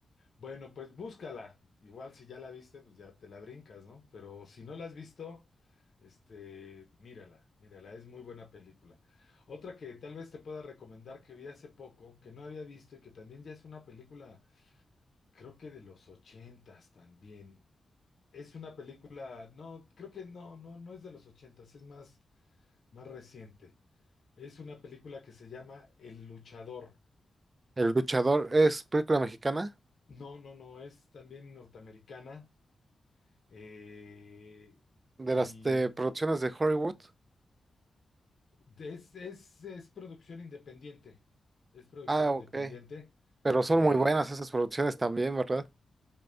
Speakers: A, on the left (about 65°); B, on the right (about 40°).
A: Bueno, pues búscala. Igual si ya la viste, pues ya te la brincas, ¿no? Pero si no la has visto, este, mírala, mírala, es muy buena película. Otra que tal vez te pueda recomendar que vi hace poco, que no había visto y que también ya es una película, creo que de los ochentas también. Es una película, no, creo que no, no, no es de los ochentas, es más, más reciente. Es una película que se llama El Luchador.
B: El luchador es película mexicana
A: No, no, no, es también norteamericana eh,
B: de
A: y
B: las de producciones de Hollywood.
A: de- es, es, es producción independiente. Es producción
B: Ah,
A: independiente.
B: ok. Pero son
A: Eh,
B: muy buenas esas producciones también, ¿verdad?